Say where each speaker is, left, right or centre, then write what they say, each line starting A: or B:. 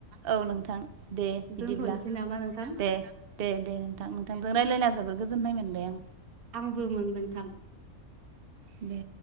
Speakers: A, on the right; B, on the right.
A: औ नोंथां दे बिदिब्ला
B: दोनथ'नोसै नामा नोंथां
A: दे दे दे नोंथां नोंथांजों रायलाय खेला जोबोर गोजोननाय मोनबाय आं।
B: आंबो मोनदों नोंथां।
A: बे